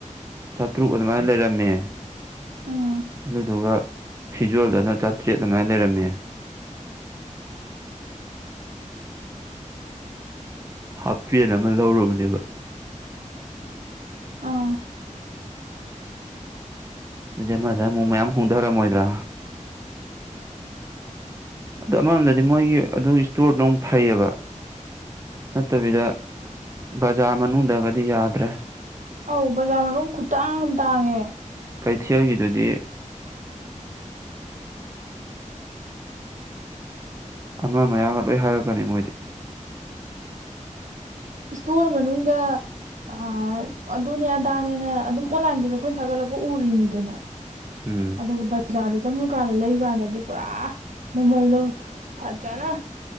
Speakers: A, on the right (about 25°); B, on the right (about 70°).
A: ꯆꯥꯇ꯭ꯔꯨꯛ ꯑꯗꯨꯃꯥꯏꯅ ꯂꯩꯔꯝꯃꯦ
B: ꯎꯝ
A: ꯑꯗꯨꯗꯨꯒ ꯐꯤꯖꯣꯜꯗꯅ ꯆꯥꯇ꯭ꯔꯦꯠ ꯑꯗꯨꯃꯥꯏ ꯂꯩꯔꯝꯃꯤ ꯍꯥꯞꯄꯦꯟ ꯑꯃ ꯂꯧꯔꯨꯕꯅꯦꯕ
B: ꯑꯥ
A: ꯑꯩꯁꯦ ꯑꯃꯗ ꯃꯨꯛ ꯃꯌꯥꯝ ꯍꯣꯡꯊꯔꯝꯃꯣꯏꯗ꯭ꯔꯥ ꯑꯗꯨ ꯑꯃꯔꯣꯝꯗꯗꯤ ꯃꯣꯏꯒꯤ ꯑꯗꯨꯒꯤ ꯏꯁꯇꯣꯔꯗꯣ ꯑꯃꯨꯛ ꯐꯩꯌꯦꯕ ꯅꯠꯇꯕꯤꯗ ꯕꯖꯥꯔ ꯃꯅꯨꯡꯗꯒꯗꯤ ꯌꯥꯗ꯭ꯔꯦ
B: ꯑꯧ ꯕꯖꯥꯔ ꯃꯅꯨꯡ ꯈꯨꯇꯥꯡ ꯑꯃ ꯇꯥꯡꯉꯦ
A: ꯀꯩꯊꯦꯜꯒꯤꯗꯨꯗꯤ ꯑꯃ ꯃꯌꯥꯒ ꯂꯣꯏ ꯍꯥꯏꯔꯛꯀꯅꯤ ꯃꯣꯏꯗꯤ
B: ꯏꯁꯇꯣꯔ ꯃꯅꯨꯡꯗ ꯑ ꯑꯗꯨꯅꯦ ꯑꯗꯥꯅꯦꯅ ꯑꯗꯨꯝ ꯑꯣꯟꯂꯥꯏꯟꯗꯁꯨ ꯑꯩꯈꯣꯏꯅ ꯊꯥꯒꯠꯂꯛꯄ ꯎꯔꯤꯅꯤꯗꯅ
A: ꯎꯝ
B: ꯑꯗꯣ ꯕ ꯕꯖꯥꯔꯗ ꯆꯪꯉꯀꯥꯟꯗ ꯂꯩꯀꯥꯟꯗꯗꯤ ꯄꯨꯔꯥ ꯃꯃꯜꯗꯣ ꯐꯖꯅ